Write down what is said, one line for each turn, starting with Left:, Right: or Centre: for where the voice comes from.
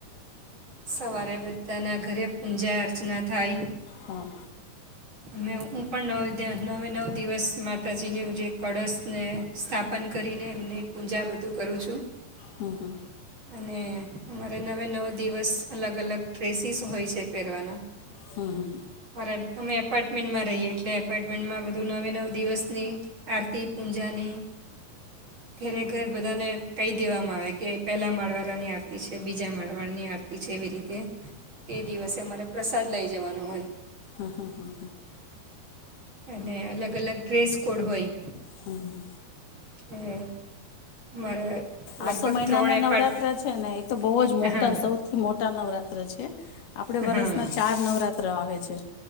Right: સવારે બધાના ઘરે પૂજા અર્ચના થાય.
Left: હા
Right: ને હું પણ ન નવે નવ દિવસમાં માતાજીની જે કળશને સ્થાપન કરીને એમની પૂજા બધું કરું છું.
Left: હમ હમ
Right: અને અમારે નવે નવ દિવસ અલગ અલગ ડ્રેસીસ હોય છે પહેરવાના
Left: હમ હમ
Right: અમારે અમે એપાર્ટમેન્ટમાં રહીએ એટલે એપાર્ટમેન્ટમાં બધું નવે નવ દિવસ ની આરતી પૂજાની ઘરે ઘર બધાને કહી દેવામાં આવે કે પહેલાં માળવારાની આરતી છે બીજા માળવાડાની આરતી છે એવી રીતે એ દિવસે મારે પ્રસાદ લઈ જવાનો હોય.
Left: હં હં.
Right: અને અલગ-અલગ ટ્રેસ કોડ હોય.
Left: હમ.
Right: એ મારે લગભગ
Left: આસો મહિના
Right: ત્રણ
Left: ના
Right: એપાર્ટ
Left: નવરાત્ર છે ને એ તો બહુ જ મોટા
Right: હા
Left: સૌથી મોટા નવરાત્ર છે. આપડે વરસમાં
Right: હા
Left: ચાર નવરાત્ર ત્ર આવે છે.